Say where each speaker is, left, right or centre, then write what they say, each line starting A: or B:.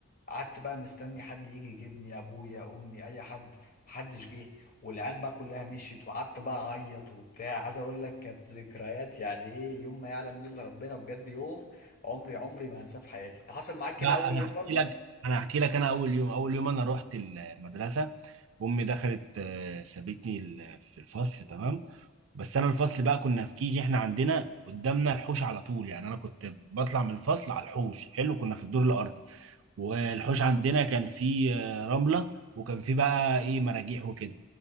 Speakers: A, on the left; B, on the right.
A: قعدت بقى مستني حد يجي يجيبني ابويا امي اي حد محدش جه والعيال بقى كلها مشيت وقعدت بقى اعيط وبتاع عايز اقول لك كانت ذكريات يعني ايه يوم ما يعلم بيه الا ربنا بجد يوم عمري عمري ما هنساه في حياتي انت حصل معاك كده
B: لا
A: اول
B: أنا
A: يوم
B: هحكي
A: برضو
B: لك أنا هحكي لك أنا أول يوم أول يوم أنا رحت المدرسة امي دخلت آه، سابتني ال- في الفصل تمام بس انا الفصل بقى كنا في كيجي احنا عندنا قدامنا الحوش على طول يعني انا كنت بطلع من الفصل على الحوش حلو كنا في الدور الارضي والحوش عندنا كان فيه آه، رملة وكان فيه بقى ايه مراجيح وكده